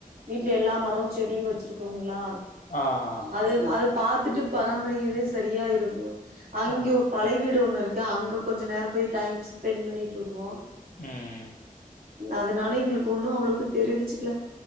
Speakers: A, on the right; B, on the left.
A: வீட்ல எல்லா மரோ செடியு வச்சிருக்கோங்களா
B: ஆஹாஹா.
A: அது அது பாத்துட்டு பராமரிக்கறதே செரியா இருக்கு அங்யு
B: ஆஹா.
A: பழய வீடு ஒண்ணு இருக்கு அங்க கொஞ்ச நேரோ போய் டைம் ஸ்பென் பண்ணிட்டு வருவோ
B: உம்
A: அதனால எங்களுக்கு ஒன்னு அவ்ளோக்கு தெரிவிச்சுக்கல